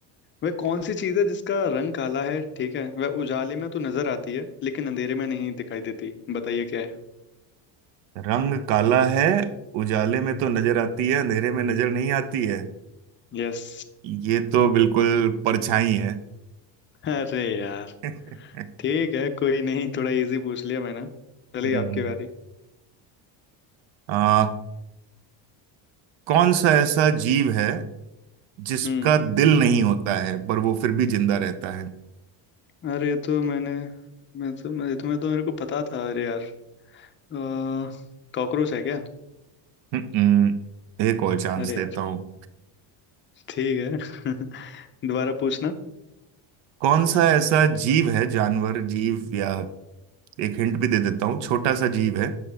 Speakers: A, on the left; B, on the right.
A: वह कौन सी चीज है जिसका रंग काला है ठीक है वह उजाले में तो नजर आती है लेकिन अंधेरे में नहीं दिखाई देती बताइए क्या है
B: रंग काला है उजाले में तो नजर आती है अंधेरे में नजर नहीं आती है
A: यस
B: ये तो बिल्कुल परछाई है
A: अरे यार
B: <laughs>
A: ठीक है कोई नहीं थोड़ा इजी पूछ लिया मैंने चलिए
B: हम्म
A: आपकी बारी
B: आ, कौन सा ऐसा जीव है जिसका
A: हम्म
B: दिल नहीं होता है पर वो फिर भी जिंदा रहता है
A: अरे ये तो मैंने मैं तो मैं तो, मैं तो मेरे को पता था अरे यार अ, कॉकरोच है क्या
B: हम्म, एक और चांस
A: अरे
B: देता
A: यार
B: हूँ
A: ठीक है <laughs> दोबारा पूछना
B: कौन सा ऐसा जीव है जानवर जीव या एक हिंट भी दे देता हूँ छोटा सा जीव है